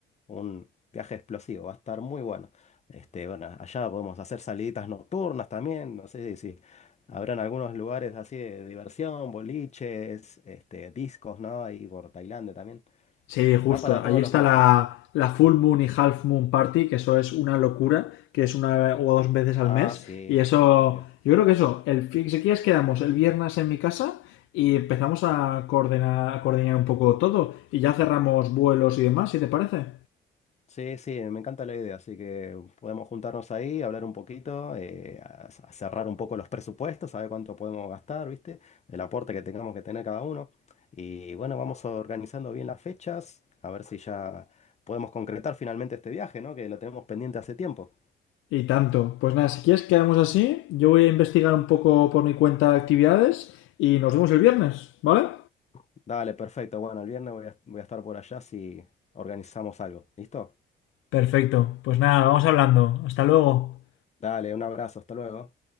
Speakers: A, on the left; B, on the left.
A: un viaje explosivo, va a estar muy bueno. Este, bueno, allá podemos hacer saliditas nocturnas también. No sé si, si habrán algunos lugares así de diversión, boliches, este, discos, ¿no? Ahí por Tailandia también.
B: Sí, justo.
A: Está para todos
B: Ahí está
A: los gustos.
B: la, la Full Moon y Half Moon Party, que eso es una locura, que es una o dos veces al
A: Ah,
B: mes.
A: sí.
B: Y eso,
A: Eh,
B: yo creo que eso, el, fi- si quieres quedamos el viernes en mi casa y empezamos a coordinar, a coordinar un poco todo. Y ya cerramos vuelos y demás, si te parece.
A: sí, sí, me encanta la idea, así que podemos juntarnos ahí, hablar un poquito, eh, a- a cerrar un poco los presupuestos, saber cuánto podemos gastar, ¿viste? El aporte que tengamos que tener cada uno. Y bueno, vamos organizando bien las fechas, a ver si ya podemos concretar finalmente este viaje, ¿no? Que lo tenemos pendiente hace tiempo.
B: Y tanto. Pues nada, si quieres quedamos así, yo voy a investigar un poco por mi cuenta actividades y nos vemos el viernes, ¿vale?
A: Dale, perfecto. Bueno, el viernes voy a, voy a estar por allá si organizamos algo. ¿Listo?
B: Perfecto. Pues nada, vamos hablando. Hasta luego.
A: Dale, un abrazo, hasta luego.